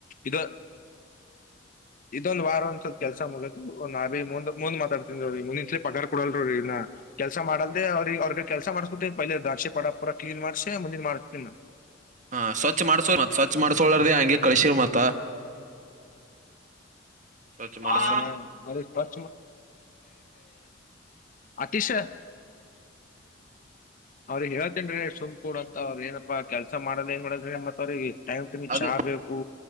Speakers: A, on the left; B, on the right.
A: ಇದು. ಇದೊಂದ್ ವಾರ ಒ. ಸ್ವಲ್ ಕೆಲ್ಸ ಮುಗದು ನಾರೀ ಮುಂದ್ ಮುಂದ್ ಮಾತಾಡ್ತೀನ್ರಿ ರೀ ಮುಂದಿನ್ಸಲಿ ಪಗಾರ್ ಕೊಡಲ್ರಿ ಇಲ್ಲಾ. ಕೆಲಸ ಮಾಡಲ್ದೇ ಅವ್ರ ಅವ್ರ ಕೆಲಸ ಮಾಡ್ಸಿಬುಟ್ಟಿ ಪೈೇ ದಾರ್ಶಿ ಪಡ ಪರ ಕ್ಲೀನ್ ಮಾಡ್ಸಿ ಮುಂದಿನ್ ಮಾಡ್ತಿನೆ ನಾ.
B: ಹಾ ಸ್ವಚ್ಛ ಮಾಡ್ಸೋ ಮತ್ ಸ್ವಚ್ ಮಾಡಸಕೋಳರ್ದೇ ಹಂಗೆ ಕಳಸಿವ್ ಮತ್ತಾ. ಸ್ವಚ್ಛ ಮಾಡಸ
A: ಹಾ ಅ ಸ್ವಚ್ಛ ಅತಿಶ. ಅವ್ರಿಗೆ ಹೇಳ್ತೇನ್ ರೀ ಸುಮ್ ಕೂಡ ಅಂತ ಅವ್ರ ಏನಪ್ಪಾ ಕೆಲ್ಸ ಮಾಡಲ್ ಹೆಂಗ ಮಾಡದ್ರಿ ಮತ್ ಅವ್ರಿಗೆ. ಟೈಮ್ ಟುಮಿ
B: ಅದು
A: ಚಾ ಆಗ್ಬೇಕು.